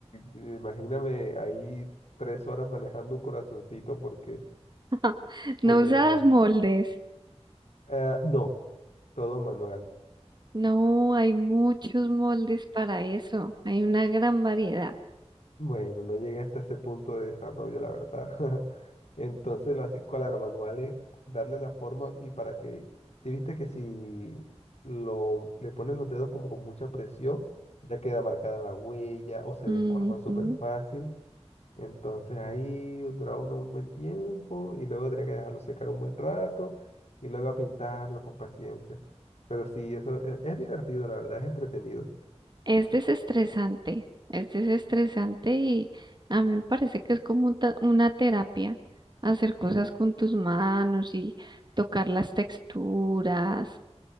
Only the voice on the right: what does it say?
<laughs>
No usabas
moldes.
No, hay muchos moldes para eso. Hay una gran variedad.
Ujú.
Es desestresante. Es desestresante y a mí me parece que es como un ta- una terapia hacer cosas con tus manos y tocar las texturas.